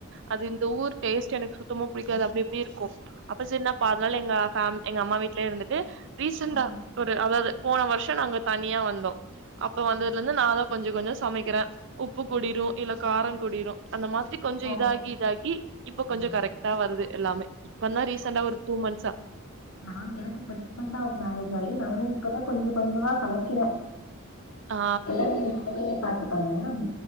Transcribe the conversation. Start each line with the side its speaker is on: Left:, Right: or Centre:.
Right: அது இந்த ஊர் டேஸ்ட் எனக்கு சுத்தமா புடிக்காது அப்புடி இப்புடி இருக்கோ அப்ப சரினா பகல் எங்க ஃபேம் எங்க அம்மா வீட்லயே இருந்துட்டு ரீசண்டா
Left: ஆ.
Right: ஒரு அதாவது போன வர்ஷோ நாங்க தனியா வந்தோ அப்ப வந்ததுல
Left: ஓ!
Right: இர்ந்து நாந்தா கொஞ்சோ கொஞ்சோ சமைக்குற உப்பு கூடிரு இல்ல காரோ கூடிரு அந்த மாரி பத்தி கொஞ்சோ
Left: இப்போ
Right: இதாகி
Left: ஓகே.
Right: இதாகி இப்ப கொஞ்சோ
Left: ம்.
Right: கரெக்டா வருது எல்லாமே இப்பந்தா ரீசெண்டா ஒரு டூ மந்த்ஸா
Left: நா எனக்கு இப்ப சிக்ஸ் மந்த்தா ஆவுது நா இதாகி நானு இப்பதா கொஞ்சோ கொஞ்சமா சமைக்கிற
Right: ஆ
Left: எல்லாமே அவுங்களே பாத்துப்பாங்கலா